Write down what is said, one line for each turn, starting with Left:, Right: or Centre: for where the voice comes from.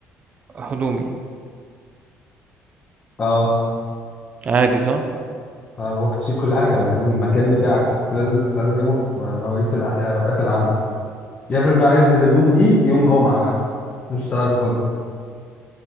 Right: هدومي
Left: اه
Right: عادي صح
Left: آه، ممكن تشيل كل حاجه يا ابني المكان بتاعك بس لازم تستخدمه في مواعيد الع- يا اوقات العمل يفرق بقى عايز الهدوم دي يوم جمعه مثلا مش هتعرف تاخدها